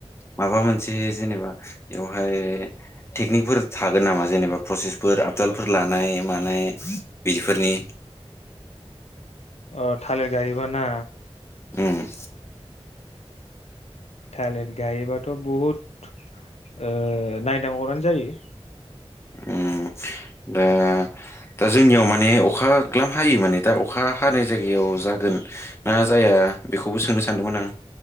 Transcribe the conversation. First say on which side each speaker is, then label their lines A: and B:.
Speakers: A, on the left; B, on the left.
A: माबा मोनसे जेनेबा बेवहाय टेकनिकफोर थागोन नामा जेनेबा प्रसेसफोर तालफोर लानाय मानाय बिदिफोरनि
B: अ' थालिर गायोबा ना।
A: उम।
B: थालिर गायोबाथ' बहुद ओ नायनांगौ आनो जायो।
A: उम दा दा जोंनियाव माने अखा ग्लाम हायो माने दा अखा हानाय जायगायाव जागोन ना जाया दा बेखौबो सोंनो सानदोंमोन आं।